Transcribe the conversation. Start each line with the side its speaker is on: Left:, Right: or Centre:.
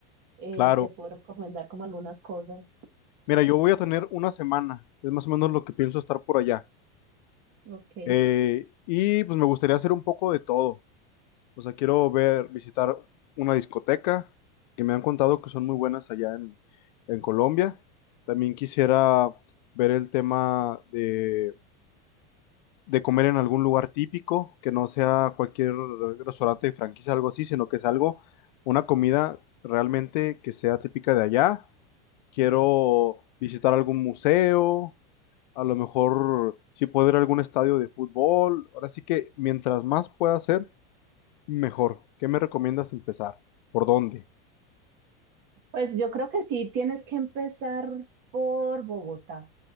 Right: eh,
Left: Claro.
Right: te puedo recomendar como algunas cosas.
Left: Mira, yo voy a tener una semana, es más o menos lo que pienso estar por allá.
Right: Ok.
Left: Eh, y pues me gustaría hacer un poco de todo. O sea, quiero ver, visitar una discoteca, que me han contado que son muy buenas allá en, en Colombia. También quisiera ver el tema de, de comer en algún lugar típico, que no sea cualquier restaurante de franquicia, algo así, sino que es algo, una comida realmente que sea típica de allá. Quiero visitar algún museo, a lo mejor sí puedo ir a algún estadio de fútbol. Ahora sí que mientras más pueda hacer, mejor. ¿Qué me recomiendas empezar? ¿Por dónde?
Right: Pues yo creo que sí, tienes que empezar por Bogotá,